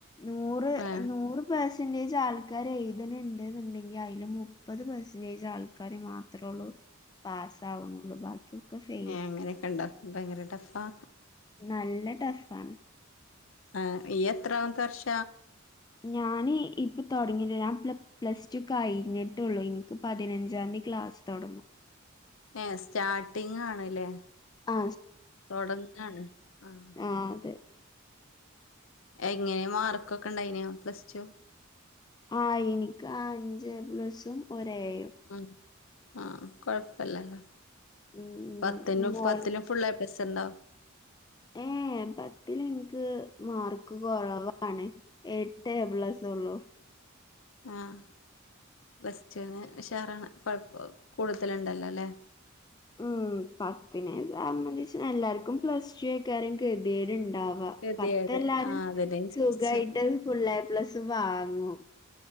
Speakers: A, on the left; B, on the left.
A: നൂറ്
B: ആ
A: നൂറ് പേഴ്സ്- സെന്റേജ് ആൾക്കാര് എഴുത്ണണ്ട്ന്ന്ണ്ടെങ്കി അതില് മുപ്പത് പെർസെന്റേജ് ആൾക്കാര് മാത്രൊള്ളൂ പാസാവൊണൊള്ളൂ ബാക്കി <unintelligible>
B: ഏ അങ്ങനൊക്കെ ഇണ്ടോ ഭയങ്കര ടഫാ
A: നല്ല ടഫാണ്
B: ആഹ് ഇയ്യ് എത്രാമത്തെ വർഷ
A: ഞാനി ഇപ്പൊ തൊടങ്ങിന് <unintelligible> പ്ലസ് ടു കഴിഞ്ഞിട്ടുള്ളു ഇൻക്ക് പതിനഞ്ചാംതി ക്ലാസ് തൊടങ്ങും.
B: ഏ സ്റ്റാർട്ടിങ് ആണ്ല്ലേ
A: ആ
B: തൊടങ്ങാണ് ആഹ്
A: ആഹ് അതെ
B: എങ്ങനെ മാർക്കൊക്കെ ഇണ്ടായിനോ പ്ലസ് ടു
A: ആ ഇനിക്ക് അഞ്ച് എ പ്ലസും ഒര് എയും
B: മ് ആഹ് കൊഴപ്പല്ലല്ലോ
A: ഉം
B: പത്തനോഫ്
A: മോൾ
B: പത്തിലും ഫുൾ എ പ്ലസ്സുണ്ടോ
A: ഏ പത്തിൽ ഇൻക്ക് മാർക്ക് കൊറവാണ് എട്ട് എ പ്ലസ് ഒള്ളു
B: ആഹ് പ്ലസ്ടു ന് ഉഷാറാണ് കൊഴപ്പൊ കൂടുതല്ണ്ടല്ലോ ല്ലേ
A: ഉം പത്തിനെ സംബന്ധിച്ച് എല്ലാര്ക്കും പ്ലസ് ടു ഏക്കാരും കെതേട്ണ്ടാവ. ആഹ്
B: ഗതികേട്
A: പത്ത് എല്ലാരും
B: ആഹ് അതന്നെ ഞാൻ
A: സുഗായിട്ട്
B: ചോയിച്ചേ
A: ഫുൾ എ പ്ലസ് വാങ്ങും.